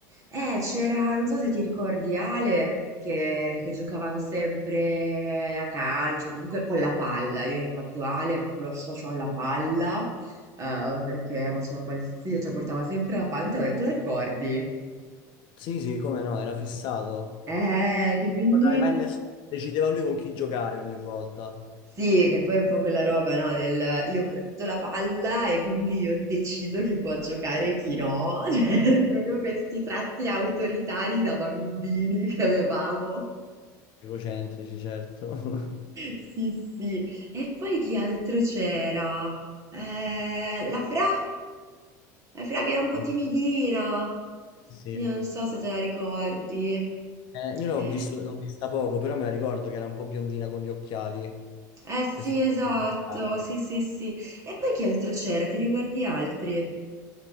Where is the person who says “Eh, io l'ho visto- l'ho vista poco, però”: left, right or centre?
Left